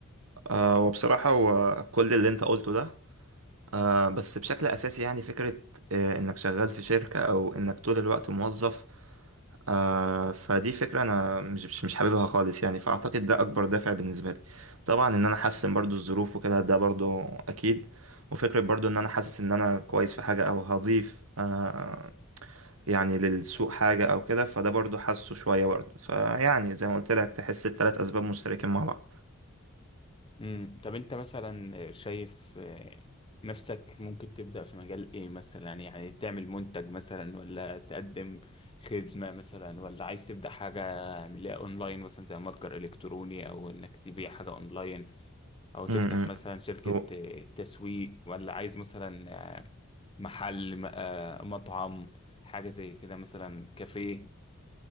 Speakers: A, on the right; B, on the left.
A: آه وبصراحه هو كل اللي انت قلته ده آه بس بشكل أساسي يعني فكرة آه إنك شغال في شركة أو إنك طول الوقت موظف آه فدي فكرة أنا مش مش مش حاببها خالص يعني فأعتقد ده أكبر دافع بالنسبة لي طبعا إن أنا أحسن برضو الظروف وكده ده برضو أكيد وفكرة برضو إن أنا حاسس إن أنا كويس في حاجة أو هضيف آه يعني للسوق حاجة أو كده فده برضو حاسه شوية برضو فيعني زي ما قلت لك تحس التلات أسباب مشتركين مع بعض
B: امم طب أنت مثلا شايف آه، نفسك ممكن تبدأ في مجال إيه مثلا يعني تعمل منتج مثلا ولا تقدم خدمة مثلا ولا عايز تبدأ حاجة من اللي هي أونلاين مثلا زي متجر إلكتروني أو إنك تبيع حاجة أونلاين أو
A: م-
B: تفتح
A: م.
B: مثلا شركة
A: هو
B: آه، تسويق ولا عايز مثلا محل م- آه، مطعم حاجة زي كده مثلا كافيه